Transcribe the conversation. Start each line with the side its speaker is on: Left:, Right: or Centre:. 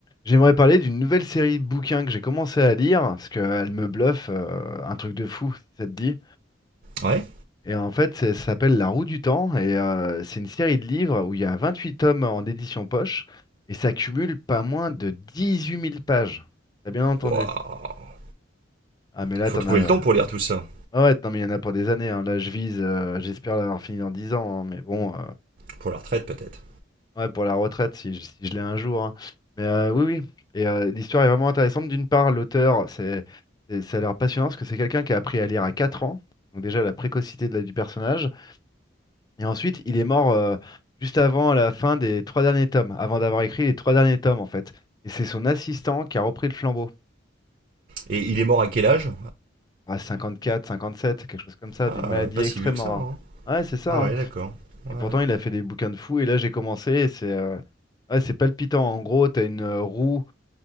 Left: J'aimerais parler d'une nouvelle série de bouquins que j'ai commencé à lire, parce qu'elle me bluffe, euh, un truc de fou, si ça te dit.
Right: Ouais
Left: Et en fait, c'est- ça s'appelle La Roue du Temps, et euh, c'est une série de livres où il y a 28 tomes en édition poche, et ça cumule pas moins de 18 000 pages. T'as bien entendu.
Right: Waouh.
Left: Ah mais là,
Right: Faut
Left: t'en
Right: trouver
Left: as...
Right: le temps pour lire tout ça.
Left: Ah ouais, non mais il y en a pour des années, hein. Là, je vise, euh, j'espère l'avoir fini dans 10 ans, hein, mais bon, euh,
Right: Pour la retraite, peut-être.
Left: Ouais, pour la retraite, si je, si je l'ai un jour. hein. Mais euh, oui, oui. Et euh, l'histoire est vraiment intéressante. D'une part, l'auteur, c'est, c'est- ça a l'air passionnant parce que c'est quelqu'un qui a appris à lire à 4 ans. Donc déjà, la précocité de la- du personnage. Et ensuite, il est mort euh, juste avant la fin des trois derniers tomes, avant d'avoir écrit les trois derniers tomes, en fait. Et c'est son assistant qui a repris le flambeau.
Right: Et il est mort à quel âge
Left: À cinquante quatre cinquante sept quelque chose comme ça,
Right: Ah,
Left: d'une maladie
Right: euh, pas
Left: extrêmement
Right: si vieux que ça.
Left: rare.
Right: hein.
Left: Ouais, c'est ça.
Right: Ah
Left: hein.
Right: ouais, d'accord. Ouais,
Left: Et
Right: ouais.
Left: pourtant, il a fait des bouquins de fou. Et là, j'ai commencé. Et c'est euh, ouais, c'est palpitant. En gros, t'as une euh, roue.